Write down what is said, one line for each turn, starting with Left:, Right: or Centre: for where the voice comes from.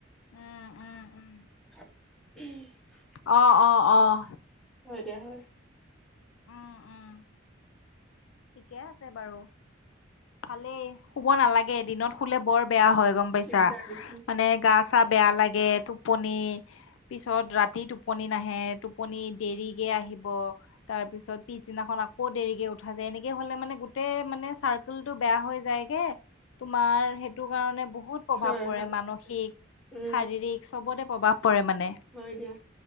Left: উম উম উম।
Centre: উম।
Left: অঁ অঁ অঁ
Centre: হয় দিয়া হয়।
Left: উম উম ঠিকে আছে বাৰু, ভালেই শুব নালাগ এদিনত শুলে বৰ বেয়া হয় গম পাইছা
Centre: দিগদাৰ দিগদাৰ
Left: মানে গা-চা বেয়া লাগে, টোপনি পিছত ৰাতি টোপনি নাহে টোপনি দেৰিকৈ আহিব। তাৰ পিছত পিছদিনাখন আকৌ দেৰিকে উঠ ভাজে এনেকে হ'লে মানে গোটেই মানে চাৰ্কুলটো বেয়া হৈ যায়গে তোমাৰ সেইটো কাৰণে বহুত প্ৰভাৱ
Centre: হয়
Left: পৰে
Centre: হয়
Left: মানসিক,
Centre: উম
Left: শাৰীৰিক চবতে প্ৰভাৱ পৰে মানে
Centre: হয় দিয়া